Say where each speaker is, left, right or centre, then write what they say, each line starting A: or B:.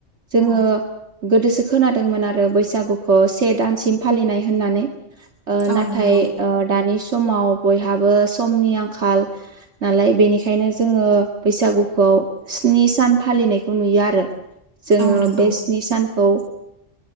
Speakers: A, on the right; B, on the right.
A: जोङो
B: औ
A: गोदोसो खोनादोंमोन आरो बैसागुखौ से दान सिम फालिनाय होन्नानै
B: औ
A: नाथाय
B: नंगौ
A: दानि समाव बयहाबो समनि आंखाल नालाय बेनिखायनो जोङो बैसागुखौ स्नि सान फालिनायखौ नुयो आरो जोङो
B: औ नंगौ
A: बे स्नि सान खौ